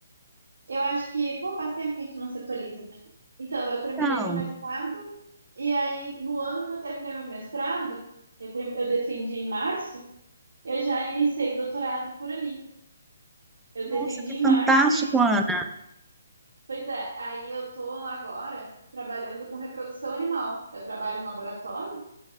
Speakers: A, on the right; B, in the centre.
A: Eu acho que, pô, faz tempo que a gente não se atualiza. Então, eu terminei
B: Então,
A: meu mestrado e aí, no ano que eu terminei meu mestrado, eu, term- eu defendi em março, eu já iniciei o doutorado por ali. Eu
B: nossa,
A: defendi
B: que
A: em março
B: fantástico,
A: e eles...
B: Ana.
A: Pois é, aí eu tô agora trabalhando com reprodução animal. Eu trabalho em laboratório,